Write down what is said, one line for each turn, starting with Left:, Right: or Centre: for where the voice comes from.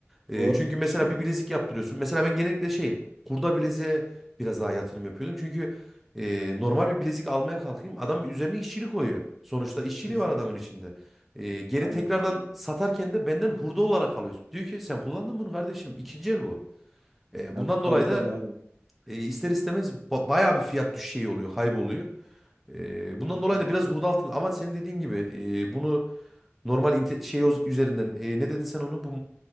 Centre: E,
Right: Doğru.
Centre: çünkü mesela
Right: Yani
Centre: bir bilezik yaptırıyorsun. Mesela ben genellikle şey kurda bileziğe biraz daha yatırım yapıyordum. Çünkü e, normal bir bilezik almaya kalkayım adam üzerine işçilik koyuyor. Sonuçta işçiliği
Right: kesinlikle.
Centre: var adamın içinde. E, geri
Right: Aynen.
Centre: tekrardan satarken de benden hurda olarak alıyor. Diyor ki sen kullandın bunu kardeşim. İkinci el bu. E,
Right: Ya
Centre: bundan dolayı
Right: tabii tabii
Centre: da
Right: aynen.
Centre: e, ister istemez ba- bayağı bir fiyat düşüşü şey oluyor, kayboluyor. E, bundan
Right: Kesinlikle.
Centre: dolayı da biraz hurda altın ama senin dediğin gibi e, bunu normal inte- şey o- üzerinden e, ne dedin sen onu bu